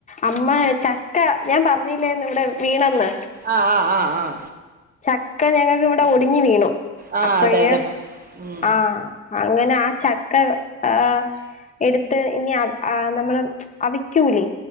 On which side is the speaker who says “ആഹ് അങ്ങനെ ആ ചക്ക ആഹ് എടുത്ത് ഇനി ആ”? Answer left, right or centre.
Left